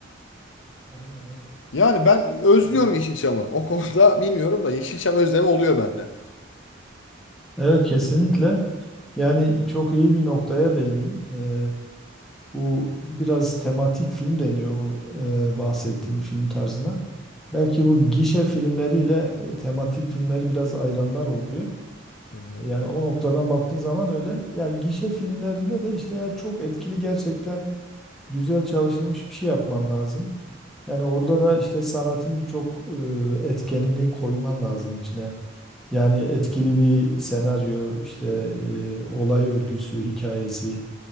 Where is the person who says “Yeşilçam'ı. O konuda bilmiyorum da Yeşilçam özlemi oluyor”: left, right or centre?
Left